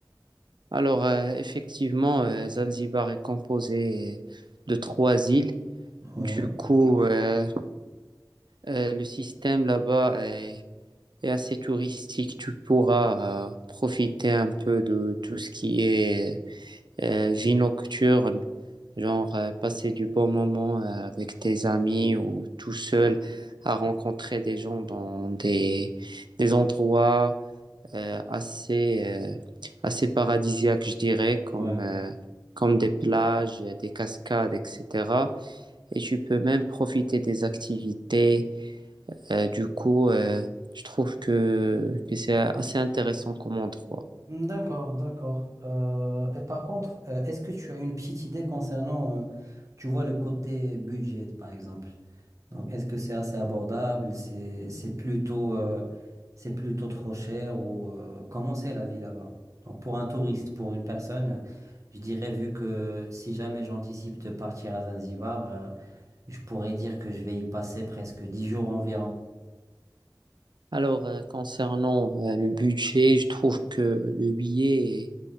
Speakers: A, on the right; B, on the right.
A: Alors, euh, effectivement, euh, Zanzibar est composé de trois îles.
B: Ouais,
A: Du coup, euh, euh, le système là-bas est, est assez touristique. Tu pourras euh, profiter un peu de tout ce qui est euh, vie nocturne, genre euh, passer du bon moment euh, avec tes amis ou tout seul à rencontrer des gens dans des, des endroits euh, assez, euh, assez paradisiaques, je dirais, comme,
B: ouais.
A: euh, comme des plages, des cascades, etc. Et tu peux même profiter des activités. Euh, du coup, euh, je trouve que, que c'est assez intéressant comme endroit.
B: D'accord, d'accord. Euh, et par contre, Euh, est-ce que tu as une petite idée concernant, euh, tu vois, le côté budget, par exemple? Donc, est-ce que c'est assez abordable? C'est, c'est plutôt, euh, c'est plutôt trop cher ou euh, comment c'est la vie là-bas? Donc, pour un touriste, pour une personne, euh, je dirais, vu que si jamais j'anticipe de partir à Zanzibar, euh, je pourrais dire que je vais y passer presque dix jours environ.
A: Alors, euh, concernant euh, le budget, je trouve que le billet